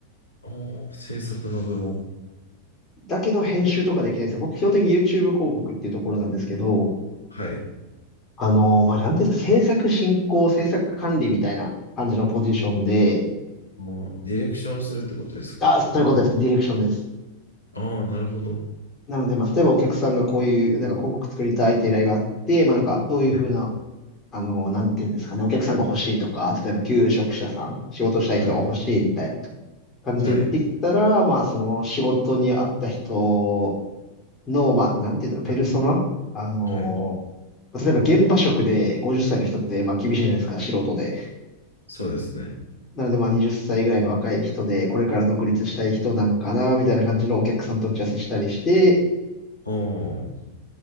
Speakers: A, on the left; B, on the left.
A: おー、制作の部門。
B: だけど編集とかできないんですよ。僕基本的に YouTube 広告っていうところなんですけど、
A: はい。
B: あのーまあ、なんていうんですか、制作進行、制作管理みたいな感じのポジションで、
A: もうディレクションするってことですか
B: あ、そういうことです。ディレクションです。
A: ああ、なるほど。
B: なので、まあ、例えばお客さんがこういう、なんか広告作りたいっていう依頼があって、まあ、なんか、どういうふうな、
A: はい。
B: あのーなんていうんですかね、お客さんが欲しいとか、例えば求職者さん、仕事したい人が欲しいみたいな
A: はい。
B: 感じで言ってきたら、
A: はい。
B: まあ、その仕事に合った人、の、まあ、なんていうんだろうペルソナあのー
A: はい。はい。
B: 例えば現場職で50歳の人って、まあ、厳しいじゃないですか、素人で。
A: そうですね。
B: なので、まあ、20歳ぐらいの若い人で、これから独立したい人なんかな、みたいな感じのお客さんと打ち合わせしたりして、
A: ああ、はい。